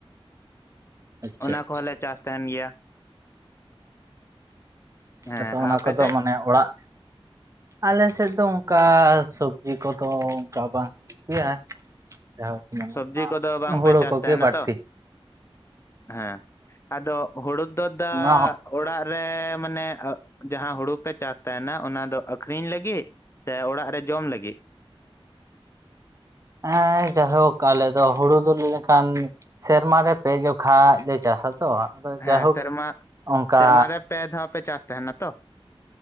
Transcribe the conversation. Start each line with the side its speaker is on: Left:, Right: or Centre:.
Right: ᱟᱪᱪᱷᱟ
Left: ᱚᱱᱟ
Right: ᱟᱪᱪᱷᱟ
Left: ᱠᱚᱦᱚᱸᱞᱮ ᱪᱟᱥ ᱛᱟᱦᱮᱱ ᱜᱮᱭᱟ᱾ ᱦᱮᱸ
Right: ᱟᱫᱚ ᱚᱱᱟ
Left: ᱟᱯᱮ
Right: ᱠᱚᱫᱚ
Left: ᱥᱮᱫ
Right: ᱢᱟᱱᱮ ᱚᱲᱟᱜ, ᱟᱞᱮ ᱥᱮᱫ ᱫᱚ ᱚᱱᱠᱟ ᱥᱚᱵᱡᱤ ᱠᱚᱫᱚ ᱚᱱᱠᱟ ᱵᱟᱝ <unintelligible> ᱡᱟᱦᱟᱸ ᱢᱟᱱᱮ
Left: ᱥᱚᱵᱽᱡᱤ ᱠᱚᱫᱚ ᱵᱟᱝᱯᱮ
Right: ᱦᱩᱲᱩ
Left: ᱪᱟᱥ
Right: ᱠᱚᱜᱮ
Left: ᱛᱟᱦᱮᱱᱟ
Right: ᱵᱟᱟᱹᱲᱛᱤ᱾
Left: ᱛᱚ ᱦᱮᱸ ᱟᱫᱚ ᱦᱩᱲᱩ ᱫᱚ ᱫᱟ
Right: ᱚᱱᱟ
Left: ᱚᱲᱟᱜ ᱨᱮ ᱢᱟᱱᱮ ᱡᱟᱦᱟᱸ ᱦᱩᱲᱩ ᱯᱮ ᱪᱟᱥ ᱛᱟᱦᱮᱱᱟ ᱚᱱᱟ ᱫᱚ ᱟᱠᱷᱨᱤᱧ ᱞᱟᱹᱜᱤᱫ? ᱥᱮ ᱚᱲᱟᱜ ᱨᱮ ᱡᱚᱢ ᱞᱟᱹᱜᱤᱫ?
Right: ᱦᱮᱸ ᱡᱟᱭᱦᱳᱠ ᱟᱞᱮ ᱫᱚ ᱦᱩᱲᱩ ᱫᱚ ᱞᱟᱹᱭ ᱞᱮᱠᱷᱟᱱ ᱥᱮᱨᱢᱟ ᱨᱮ ᱯᱮ ᱡᱚᱠᱷᱟ ᱞᱮ ᱪᱟᱥᱟ ᱛᱚ ᱟᱫᱚ
Left: ᱦᱮᱸ
Right: ᱡᱟᱭᱦᱳᱠ
Left: ᱥᱮᱨᱢᱟ
Right: ᱚᱱᱠᱟ
Left: ᱥᱮᱨᱢᱟ ᱨᱮ ᱯᱮ ᱫᱷᱟᱣ ᱯᱮ ᱪᱟᱥ ᱛᱟᱦᱮᱱᱟ ᱛᱚ?